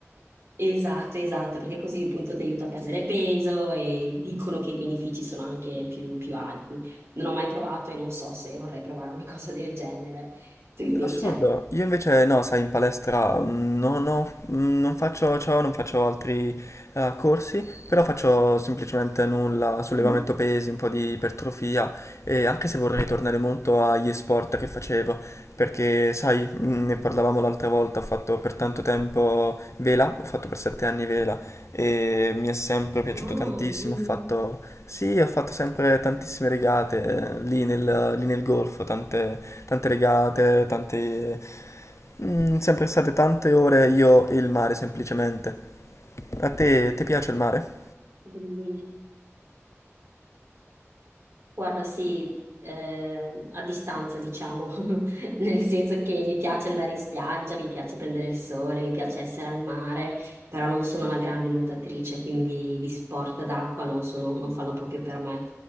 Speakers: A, on the right; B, on the left.
A: Esatto, esatto, perché così appunto ti aiuta a perdere peso e dicono che i benefici sono anche più, più alti. Non ho mai provato e non so se vorrei provare una <laughs> cosa del genere. Tu invece?
B: Assurdo, io invece no, sai, in palestra mm, non ho- mm, non faccio ciò, non faccio altri eh, corsi, però faccio semplicemente nulla, sollevamento
A: Mm.
B: pesi, un po' di ipertrofia e anche se vorrei tornare molto agli sport che facevo, perché sai, mm, ne parlavamo l'altra volta, ho fatto per tanto tempo vela, ho fatto per sette anni vela e mi è sempre piaciuto
A: Oh,
B: tantissimo.
A: mhm.
B: Ho fatto, sì, ho fatto sempre tantissime regate eh, lì nel, lì nel golfo, tante, tante regate, tante... mm, sempre state tante ore io e il mare semplicemente. A te, ti piace il mare?
A: Benissimo. Guarda, sì, eh, a distanza, diciamo, <laughs> nel senso che mi piace andare in spiaggia, mi piace prendere il sole, mi piace essere al mare, però non sono una grande nuotatrice, quindi gli sport d'acqua non sono- non fanno proprio per me.